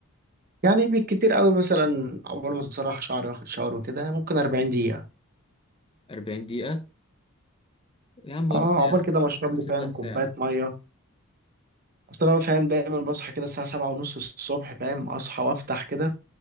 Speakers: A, on the right; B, on the left.
A: يعني بالكتير قوي مثلا اول ما اسرح شعري واخد شاور وكده ممكن 40 دقيقة
B: 40 دقيقة يا عم قول
A: اه
B: ساعة
A: عقبال كده ما اشرب
B: هسيب
A: لي فاهم
B: لك
A: كوباية
B: ساعة
A: مية اصل انا فاهم دايما بصحى كده الساعة سبعة ونص الصبح فاهم اصحى وافتح كده